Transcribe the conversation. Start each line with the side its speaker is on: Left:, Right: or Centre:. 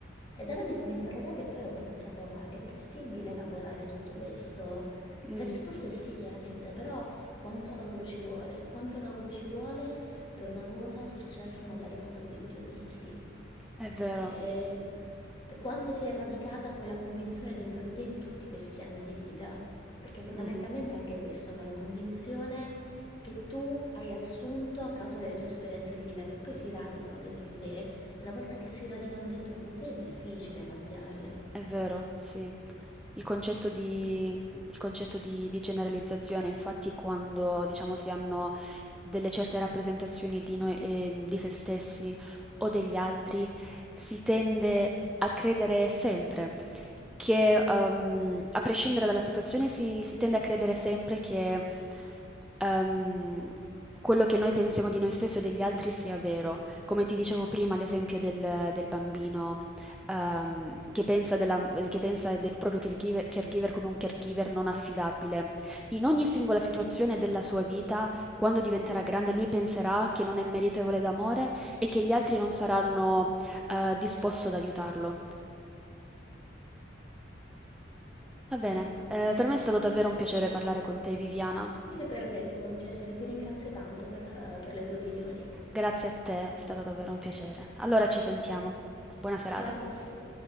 Left: E da là mi sono interrogata e poi ho pensato, ma è possibile elaborare tutto questo?
Centre: Mh,
Left: La risposta è sì, chiaramente, però quanto lavoro ci vuole? Quanto lavoro ci vuole per una cosa successa magari quando avevi due mesi?
Centre: è vero.
Left: Cioè, per quanto sia radicata quella convinzione dentro di te in tutti questi anni di vita, perché fondamentalmente
Centre: Mh-mh.
Left: è anche questo, no? La convinzione che tu hai assunto a causa delle tue esperienze di vita, che poi si radicano dentro di te, e una volta che si radicano dentro di te è difficile cambiarle.
Centre: È vero, sì. Il concetto di, il concetto di- di generalizzazione, infatti, quando diciamo si hanno delle certe rappresentazioni di noi, eh, di se stessi o degli altri, si tende a credere sempre che, ehm, a prescindere dalla situazione, si, si tende a credere sempre che, ehm, quello che noi pensiamo di noi stessi o degli altri sia vero. Come ti dicevo prima, l'esempio del del bambino ehm, che pensa, della- che pensa del proprio caregiver, caregiver come un caregiver non affidabile. In ogni singola situazione della sua vita, quando diventerà grande, lui penserà che non è meritevole d'amore e che gli altri non saranno, eh, disposti ad aiutarlo. Va bene, eh, per me è stato davvero un piacere parlare con te, Viviana.
Left: Anche per me è stato un piacere, ti ringrazio tanto per per le tue opinioni.
Centre: Grazie a te, è stato davvero un piacere. Allora ci sentiamo. Buona serata.
Left: Alla prossima!